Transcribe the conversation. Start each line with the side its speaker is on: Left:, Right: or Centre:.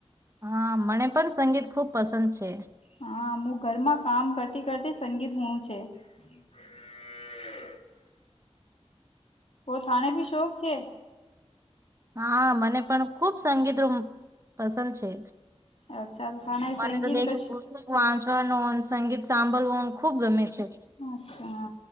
Right: હા મને પણ સંગીત ખુબ પસંદ છે
Left: હા હું ઘરમાં કામ કરતી કરતી સંગીત હુમુ છે. <unintelligible> ઓ થાને ભી શોખ છે
Right: હા, મને પણ ખુબ સંગીત પસંદ છે.
Left: અચ્છા તો થાને
Right: મને
Left: સંગીત
Right: તો દેખ
Left: કશ
Right: પુસ્તક વાંચવાનું, સંગીત સાંભળવું ખુબ ગમે છે.
Left: અચ્છા